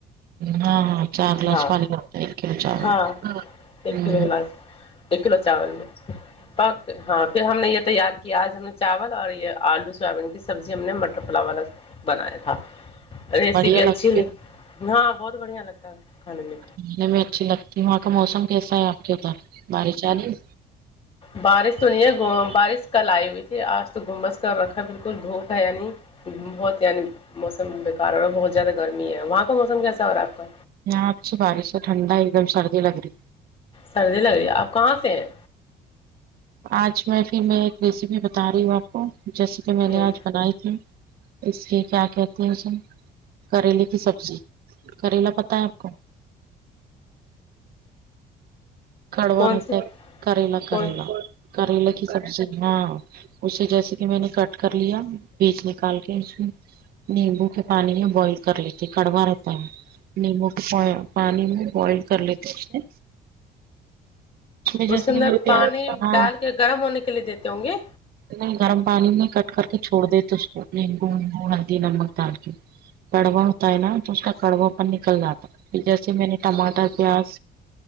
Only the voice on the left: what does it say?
ہاں
ہاں ایک
کلو گلاس ایک کلو چاول میں پاک ہاں پھر ہم نے یہ تیار کیا آج ہم نے چاول اور یہ آلو سویابین کی سبزی ہم نے مٹر پلاو والا بنایا تھا ریسیپی
اچھی لگی
ہاں بہت بڑھیا لگتا ہے کھانے میں
بارش تو نہیں ہے بارش کل آئی ہوئی تھی آج تو گھمبس کر رکھا بالکل دھوپ ہے یا نہیں بہت یعنی موسم بیکار اور رہا بہت زیادہ گرمی ہے وہاں کا موسم کیسا ہو رہا آپ کا
سردی لگ رہی ہے آپ کہاں پہ ہیں
جی
کون
سی
کون
اس کے اندر
پانی
ڈال کے گرم ہونے کے لیے دیتے ہوں گے